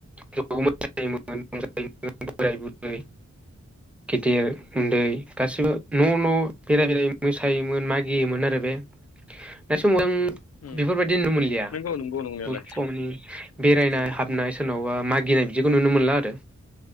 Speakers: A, in the centre; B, on the left.
A: गोबाव मोसायोमोन। बोराय बुरै। गेदिर उन्दै गासिबो न' न' बेराय बेराय। मोसायोमोन मागियोमोन आरो बे दा समाव जों।
B: उम
A: बेफोरबायदि नुनो मोनलिया।
B: नंगौ नंगौ नंनायालाय
A: बुहुत कमनि बेरायनाय
B: उम
A: हाबनाय सोरनावबा मागिनायब। बिदिखौ नुनो मोनला आरो